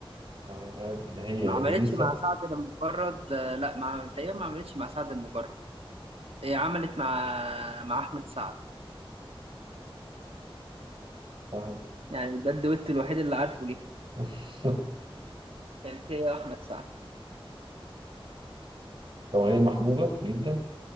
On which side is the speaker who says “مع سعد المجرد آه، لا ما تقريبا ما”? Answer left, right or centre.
Right